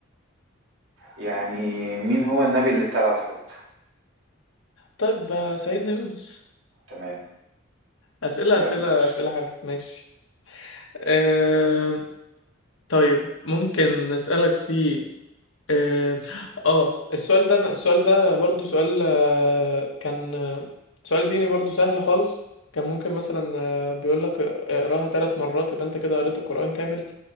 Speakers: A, on the right; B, on the left.
A: يعني مين هو النبي اللي ابتلع الحوت
B: طيب آه، سيدنا يونس
A: تمام
B: أسئلة
A: الله
B: أسئلة
A: ينور
B: أسئلة حلوة ماشي أه... طيب ممكن نسألك في اه آه، السؤال ده السؤال ده برضو سؤال آه، كان آه، سؤال ديني برضو سهل خالص كان ممكن مثلا آه، بيقولك اقراها ثلاث مرات يبقى انت كده قريت القرآن كامل